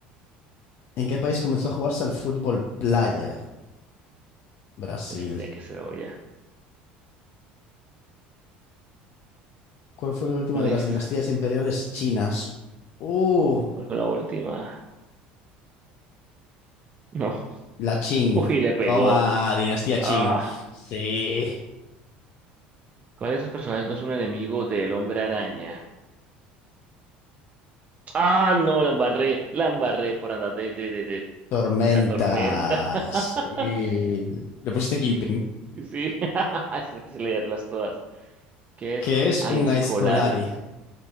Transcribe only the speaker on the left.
¿En qué país comenzó a jugarse al fútbol playa? Brasil.
¿Cuál fue la
última
de las
dinastías imperiales chinas? Uh,
la Qing.
Toma, dinastía Qing.
Sí.
Tormenta.
Sí. Le pusiste Kingpin.
¿Qué
es
un Aizkolari?